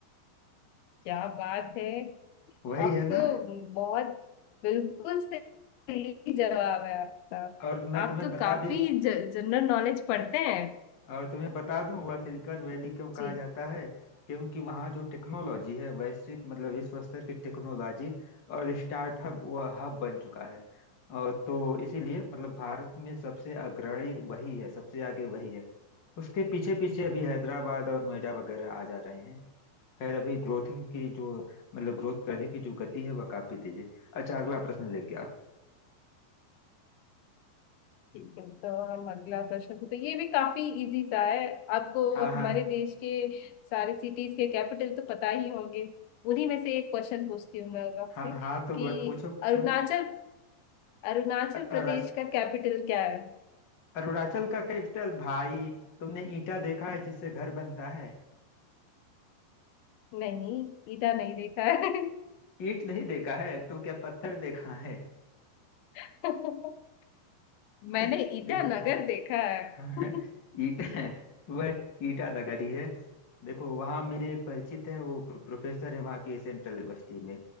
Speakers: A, on the left (about 85°); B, on the left (about 30°).
A: क्या बात है
B: वही
A: आप
B: है ना
A: तो बहुत बिल्कुल सही जवाब है आपका
B: और मैं
A: आप
B: तुम्हें
A: तो
B: बता
A: काफी
B: भी
A: जनरल नॉलेज पढ़ते हैं
B: और तुम्हें बता दूं वह सिलिकॉन वैली क्यों
A: जी
B: कहा जाता है क्योंकि वहाँ जो टेक्नोलॉजी है वैश्विक मतलब विश्व स्तर की टेक्नोलॉजी और स्टार्टअप वह हब बन चुका है और तो इसीलिए मतलब भारत में सबसे अग्रणी वही है सबसे आगे वही है उसके पीछे पीछे अभी हैदराबाद और नोएडा वगैरह आ जा रहे हैं खैर अभी ग्रोथिंग की जो मतलब ग्रोथ करने की जो गति है वह काफी तेज है अच्छा अगला प्रश्न लेके आओ
A: ठीक है तो हम अगला प्रश्न पूछते हैं। ये भी काफी इजी सा है आपको
B: हाँ हाँ
A: हमारे देश के सारे सिटीज के कैपिटल तो पता ही होंगे उन्हीं में से एक क्वेश्चन पूछती हूँ मैं आपसे
B: हाँ हाँ तो
A: कि
B: बस पूछो पूछो
A: अरुणाचल अरुणाचल
B: अ-
A: प्रदेश
B: अ, रच-
A: का कैपिटल क्या है
B: अरुणाचल का कैपिटल भाई तुमने ईटा देखा है जिससे घर बनता है
A: नहीं ईटा नहीं देखा है
B: ईंट नहीं देखा है तो क्या पत्थर देखा है
A: <laughs> मैंने
B: <laughs>
A: ईटानगर
B: देखो
A: देखा है
B: हाँ,
A: <laughs>
B: ईटा वह ईटा नगरी है देखो वहाँ मेरे एक परिचित है वो प्रो, प्रोफेसर है वहाँ के सेंट्रल यूनिवर्सिटी में